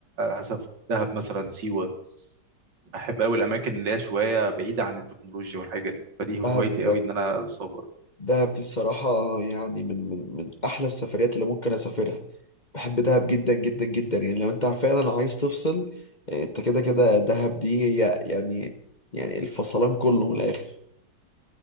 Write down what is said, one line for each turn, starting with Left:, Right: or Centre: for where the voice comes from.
Right: اسافر دهب مثلا سيوه احب قوي الاماكن اللي هي شويه بعيده عن التكنولوجيا والحاجه دي فدي
Left: بلعب
Right: هوايتي قوي ان انا السفر
Left: دهب دي الصراحة يعني من من من أحلى السفريات اللي ممكن أسافرها بحب دهب جدا جدا جدا يعني لو أنت فعلا عايز تفصل آه، أنت كده كده دهب دي هي يعني يعني الفصلان كله من الآخر